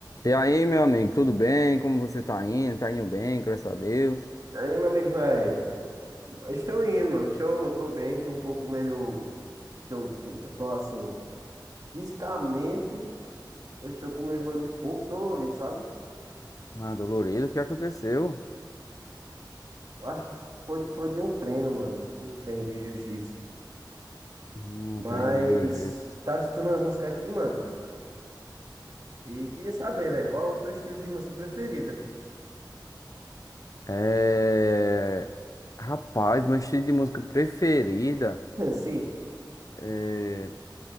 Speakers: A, on the left; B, on the right.
A: E aí, meu amigo, tudo bem? Como você tá indo? Tá indo bem, graças a Deus.
B: Aí, meu amigo, velho, estou indo, mano. Estou, tô bem, tô um pouco meio. Estou, tô tô assim, fisicamente, eu estou com o meu joelho um pouco dolorido, sabe?
A: Ah, dolorido, o que aconteceu?
B: Eu acho que foi, foi de um treino, mano. Um treino de jiu-jitsu.
A: Hum,
B: Mas,
A: aprendi de dois jeitos.
B: eu tava escutando uma música aqui, mano, e queria saber, velho, qual é o teu estilo de música preferida?
A: É... Rapaz, meu estilo de música preferida
B: <laughs> Assim,
A: é...